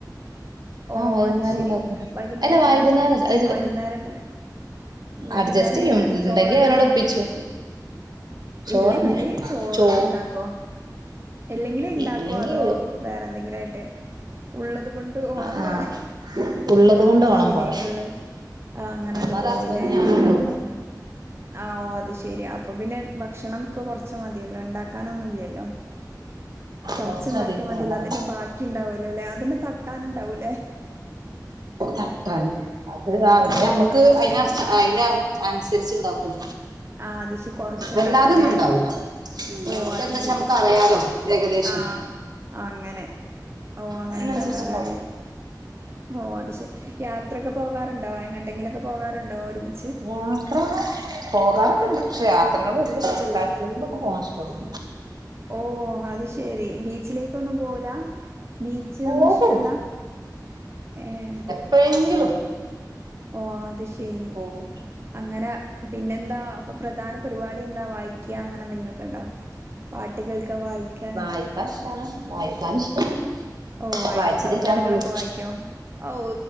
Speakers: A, on the right; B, on the right.
A: ഓഹ്
B: ആഹ് വൈകുന്നേരം
A: അത് ശെരി
B: ഉണ്ടാക്കും
A: വൈകുന്നേരൊ
B: അല്ല
A: ക്കെണ്ടാക്കോ
B: വൈകുന്നേരം അല്ല
A: വൈകുന്നേരത്തിന് വൈകുന്നേരം
B: അഡ്ജസ്റ്റ്
A: ഇങ്ങനെ
B: ചെയ്യും
A: ചോറന്നാണൊ
B: ഉണ്ടെങ്കി അവനോട് ഒപ്പിച്ചു ചോറന്നെ
A: ഇല്ലെങ്കില് ചോറ്ണ്ടാക്കോ
B: ചോ
A: ഇല്ലെങ്കില് ണ്ടാക്കോ
B: ഇല്ലെങ്കി
A: അതോ വേറെ എന്തെങ്കിലും ആയിട്ട് ഉള്ളത് കൊണ്ട് ഓണം
B: ആഹ്
A: പോലെ
B: ഉള്ളത് കൊണ്ട് ഓണം
A: ശെരി
B: പോലെ
A: ഉള്ളത് ആഹ് അങ്ങനണ്ട്
B: ഒന്നാമത്
A: പോവൂല്ലേ
B: ഹസ്ബൻഡ് ഞാനുള്ളൂ
A: ആഹ് ഓഹ് അത് ശെരി അപ്പൊ പിന്നെ ഭക്ഷണം- കൊറച്ച് മതിയല്ലൊ ഉണ്ടാക്കാനൊന്നും ഇല്ലല്ലൊ കൊറച്ചുണ്ടാക്കിയ
B: കൊറച്ച് മതിണ്ടാവും
A: മതില്ലൊ അത ന്നെ ബാക്കി ക്കി ഒണ്ടാവോലല്ലെ അതിന്റെ തട്ടാനുണ്ടാവൂല്ലേ
B: തട്ടാന് അത് രാവിലെ
A: അതെ
B: അമ്മ- ക്ക് അയ്അയ് ന നുസരിച്ചുണ്ടാക്കും
A: ആഹ് അത് ശരി കൊറച്ചുണ്ടാക്കൂല്ലേ
B: വല്ലാതൊന്നും ഉണ്ടാവൂല ഉം
A: ഓ
B: നമ്മക്ക്
A: അത്
B: എന്താച്ച
A: ശരി
B: നമ്മക്ക റിയാലോ ഏകദേശം
A: ആഹ് അങ്ങനെ ഓഹ് അങ്ങനെ
B: അതിനനുസരിച്ചുണ്ടാക്കും
A: ണ്ടാക്കറിയാല്ലെ ഓഹ് അത് ശെരി യാത്രക്കെ പോകാറുണ്ടോ എങ്ങോട്ടെങ്കിലൊക്കെ പോകാറുണ്ടോ ഒരുമി
B: യാത്ര പോകാറൊക്കെ ഉണ്ട് പക്ഷെ യാത്രനോട് വല്യ ഇഷ്ടല്ല. എപ്പളെങ്കിലൊക്കേ പോകാൻ ഇഷ്ട്ടൊള്ളു.
A: ഓഹ് അത് ശെരി ബീച്ചിലേക്കൊന്നും പോവൂല? ബീച്ച്
B: പോകും
A: ഒന്നും ഇഷ്ടല്ല ഏഹ്
B: എപ്പഴെങ്കിലും.
A: ഓഹ് അത് ശെരി
B: പോകും
A: അങ്ങന പിന്നെന്താ അപ്പൊ പ്രധാന പരിപാടി എന്താ വായിക്കുക അങ്ങനെ എന്തെങ്കിലുക്കെ ഉണ്ടൊ പാട്ട് കേൾക്കാ വായിക്കാ
B: വായിക്കാൻ ഇഷ്ടാണ് വായിക്കാൻ ഇഷ്ടാണ്
A: ഓഹ് വായിക്കോ
B: വായിച്ചലില്ലാന്നുള്ളു
A: കഥകളൊക്കെ വായിക്കോ ഔ